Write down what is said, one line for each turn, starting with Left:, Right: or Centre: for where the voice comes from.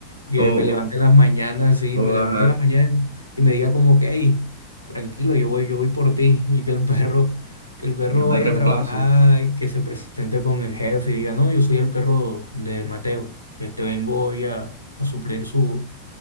Left: que
Right: O, o,
Left: me levante en las mañanas, sí,
Right: o,
Left: me levante
Right: ajá,
Left: en las mañanas y me diga como que, hey, tranquilo, yo voy, yo voy por ti, y que el perro, que el perro
Right: yo te
Left: vaya
Right: reemplazo.
Left: a trabajar y que se presente con el jefe y diga, no, yo soy el perro de Mateo, este vengo hoy a, a suplir su,